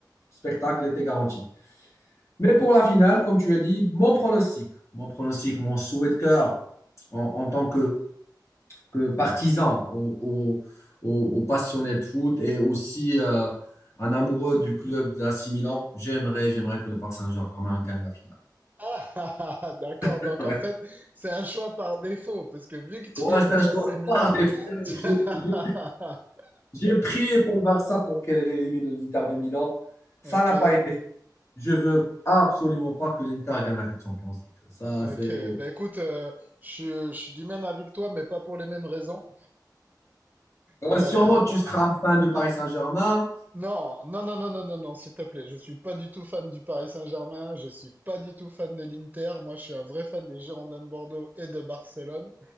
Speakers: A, on the left; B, on the right.
A: Spectacle était garanti. Mais pour la finale, comme tu as dit, mon pronostic, mon pronostic, mon souhait de cœur en, en tant que que partisan, aux, aux- aux- aux passionnés de foot et aussi euh, un amoureux du club d'AC Milan, j'aimerais, j'aimerais que le Paris Saint-Germain gagne la finale.
B: Ah, <laughs> ah, ah, ah, d'accord.
A: <laughs>
B: Donc en fait, c'est un choix par défaut, parce que vu que tu
A: Ouais,
B: aimes
A: c'est un
B: l'AC
A: choix
B: Milan,
A: par défaut.
B: <laughs> tu-
A: J'ai j'ai-
B: <laughs>
A: j'ai prié pour le Barça pour qu'elle élimine l'Inter de Milan. Ça
B: ok,
A: n'a pas été fait. Je veux absolument pas que l'Inter gagne la Champions League. Ça,
B: Ok,
A: c'est...
B: ben écoute, euh, je, je suis du même avis que toi, mais pas pour les mêmes raisons.
A: Ouais,
B: Et, euh,
A: Sûrement, tu seras un fan de Paris Saint-Germain.
B: non, non, non, non, non, non, non, s'il te plaît, je suis pas du tout fan du Paris Saint-Germain, je suis pas du tout fan de l'Inter, moi je suis un vrai fan des Girondins de Bordeaux et de Barcelone.